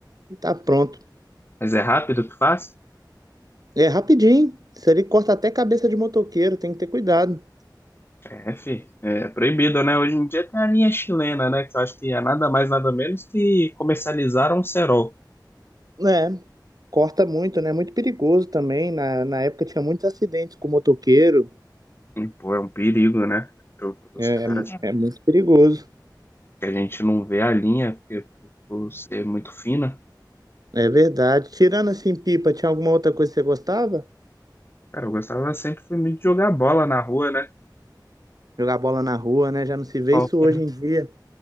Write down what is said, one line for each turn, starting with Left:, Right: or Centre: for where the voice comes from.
Right: e tá pronto.
Left: Mas é rápido que faz?
Right: É rapidinho. Isso ali corta até cabeça de motoqueiro, tem que ter cuidado.
Left: É, fi, é proibido, né? Hoje em dia tem a linha chilena, né? Que eu acho que é nada mais, nada menos que comercializar um cerol.
Right: É, corta muito, né? É muito perigoso também. Na, na época tinha muitos acidentes com motoqueiro.
Left: E, pô, é um perigo, né? Pro, pros
Right: É,
Left: caras.
Right: é,
Left: É.
Right: é muito perigoso.
Left: Que a gente não vê a linha, porque por por ser muito fina.
Right: É verdade. Tirando assim, pipa, tinha alguma outra coisa que você gostava?
Left: Cara, eu gostava sempre de jogar bola na rua, né?
Right: Jogar bola na rua, né? Já não se vê
Left: Qualquer,
Right: isso hoje em dia.